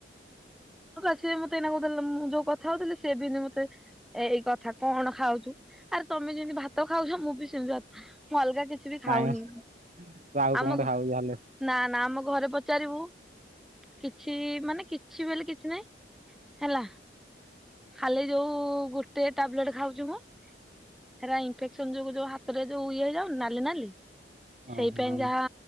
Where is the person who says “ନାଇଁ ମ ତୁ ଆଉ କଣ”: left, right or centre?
Right